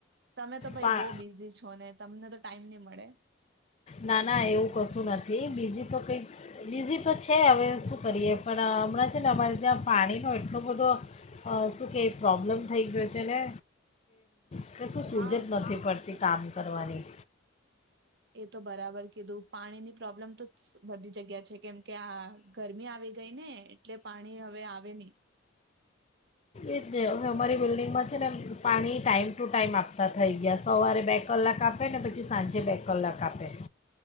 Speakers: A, on the right; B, on the left.
A: તમે તો ભાઈ
B: પા
A: બહ બિઝી છો ને તમને તો ટાઈમ નહી મળે
B: ના ના, એવું કશું નથી બીઝી તો કંઈક બીઝી તો છે, હવે શું કરીએ? પણ હમણાં છે ને અમારે ત્યાં પાણીનો એટલો બધો શું કહે પ્રોબ્લેમ થઈ ગયો છે, ને કે કશું સૂઝ
A: હા
B: જ.. નથી પડતી કામ.. કરવાની
A: એ તો બરાબર કીધું પાણી ની પ્રોબ્લેમ તો <unintelligible> બધી જગ્યા છ કેમકે, આ ગરમી આવી ગઈ ને એટલે પાણી હવે આવે નહીં
B: એ <unintelligible> અમારી બિલ્ડિંગમાં છે ને.. પાણી ટાઈમ ટુ ટાઈમ આપતા થઈ ગયા સવારે બે કલાક આપે ને પછી સાંજે બે કલાક આપે